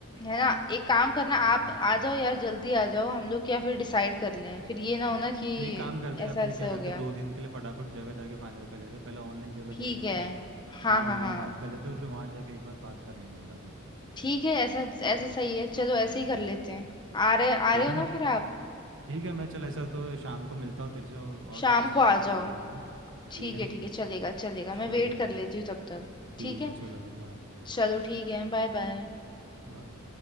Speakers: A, on the left; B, on the right.
A: है ना एक काम करना
B: हम्म
A: आप आ जाओ यार जल्दी आ जाओ हम लोग क्या फिर डिसाइड कर लें
B: हम्म
A: फिर ये ना हो ना कि
B: तो एक काम करते हैं
A: ऐसा
B: अपने
A: ऐसा
B: क्या
A: हो
B: करते
A: गया
B: हैं दो दिन के लिए फटाफट जगह जाके फाइनल कर लेते हैं पहले ऑनलाइन जगह
A: ठीक
B: देख लेते
A: है
B: हैं
A: हाँ
B: वहाँ
A: हाँ
B: ऑनलाइन
A: हाँ
B: बात कर लेते हैं फिर वहाँ जाके एक बार बात कर लेंगे फटाफट
A: ठीक है ऐसा ऐसा सही है चलो ऐसे
B: हम्म
A: ही कर लेते हैं आ रहे आ
B: ठीक
A: रहे हो
B: है
A: ना
B: ना
A: फिर आप
B: ठीक है मैं चल ऐसा तो शाम को मिलता हूँ तेरे से और, और
A: शाम
B: थोड़ा डिस्कशन
A: को आ
B: कर
A: जाओ
B: लेंगे अपने ठीक
A: ठीक
B: है
A: है
B: ना
A: ठीक है चलेगा चलेगा
B: चल
A: मैं वेट कर लेती हूँ तब तक
B: ठीक
A: ठीक है
B: है चलो फिर बाय
A: चलो ठीक है बाय बाय
B: बाय